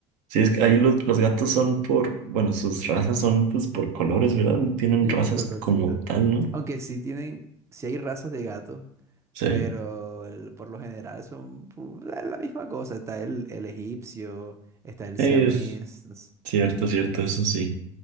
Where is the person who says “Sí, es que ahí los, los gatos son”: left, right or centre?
Right